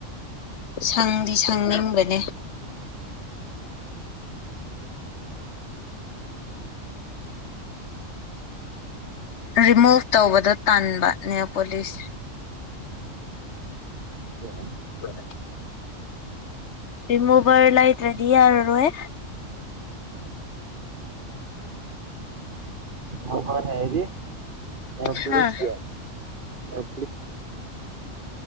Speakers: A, on the left; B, on the right.
A: ꯁꯪꯗꯤ ꯁꯪꯅꯤꯡꯕꯅꯦ
B: ꯎꯝ
A: ꯔꯤꯃꯨꯚ ꯇꯧꯕꯗꯣ ꯇꯟꯥꯟꯕ ꯅꯄꯣꯂꯤꯁ
B: ꯍ
A: ꯍ ꯔꯤꯃꯨꯕꯔ ꯂ ꯂꯩꯇ꯭ꯔꯗꯤ ꯌꯥꯔꯔꯣꯏ
B: ꯃ ꯀ ꯍꯥꯏꯗꯤ ꯅ ꯄꯨꯂꯤꯁ
A: ꯍꯥꯥ
B: ꯑꯣ